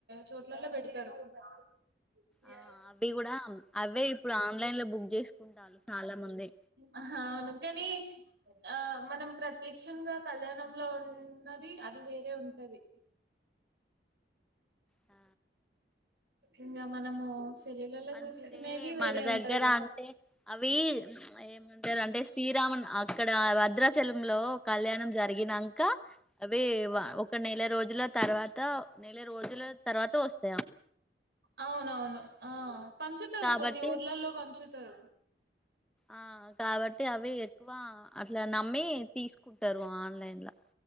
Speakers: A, on the right; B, in the centre.
A: చోట్లల్లో పెడతారు <inaudible>
B: ఆ అవి కూడా అవే ఇప్పుడు ఆన్లైన్ లో బుక్ చేసుకుంటారు చాలా మంది
A: అ అవును కానీ ఆ మనం ప్రత్యక్షంగా కళ్యాణం లో ఉన్నది అది వేరే ఉంటది
B: ఆ
A: ఇంకా మనము సెల్లులలో
B: అంటే
A: చూసుకునేది వేరే
B: మన
A: ఉంటది
B: దగ్గర
A: కదా
B: అంటే అవి ఏమంటారు అంటే శ్రీరామ అక్కడ వద్రాచలాంలో కళ్యాణం జరిగినక అవి ఒక నెల న రోజుల తర్వాత నెల రోజుల తర్వాత వ
A: అవునవును పంచుతారు
B: కాబట్టి
A: కొన్ని ఊర్లల్లో పంచుత తరూ
B: ఆ కాబట్టి అవి ఎక్కువ అట్లా నమ్మి తీసుకుంటారు ఆన్లైన్ లో